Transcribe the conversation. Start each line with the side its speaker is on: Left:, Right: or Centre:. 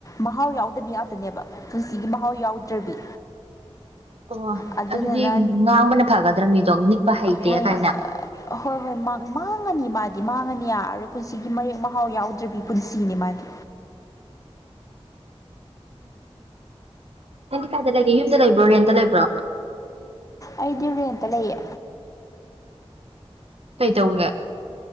Left: ꯃꯍꯥꯎ ꯌꯥꯎꯗꯕꯤ ꯉꯥꯛꯇꯅꯦꯕ ꯄꯨꯟꯁꯤꯒꯤ ꯃꯍꯥꯎ ꯌꯥꯎꯗ꯭ꯔꯕꯤ
Right: ꯑꯣ
Left: ꯑꯗꯨꯗꯨꯅ
Right: ꯑꯗꯨꯗꯤ ꯉꯥꯡꯕꯅ ꯐꯒꯗ꯭ꯔꯕ ꯃꯤꯗꯣ ꯅꯤꯛꯄ ꯍꯩꯇꯦ
Left: ꯍꯣꯏ
Right: ꯀꯥꯏꯅ
Left: ꯍꯣꯏ ꯍꯣꯏ ꯃꯥꯡꯉꯅꯤ ꯃꯥꯗꯤ ꯃꯥꯡꯉꯅꯤ ꯌꯥꯔꯣꯏ ꯄꯨꯟꯁꯤꯒꯤ ꯃꯔꯦꯛ ꯃꯍꯥꯎ ꯌꯥꯎꯗ꯭ꯔꯕꯤ ꯄꯨꯟꯁꯤꯅꯤ ꯃꯥꯗꯤ
Right: ꯅꯪꯗꯤ ꯀꯥꯏꯗ ꯂꯩꯒꯦ ꯌꯨꯝꯗ ꯂꯩꯕ꯭ꯔꯣ ꯔꯦꯟꯇ ꯂꯩꯕ꯭ꯔꯣ
Left: ꯑꯩꯗꯤ ꯔꯦꯟꯇ ꯂꯩꯌꯦ
Right: ꯀꯩꯇꯧꯔꯤꯒꯦ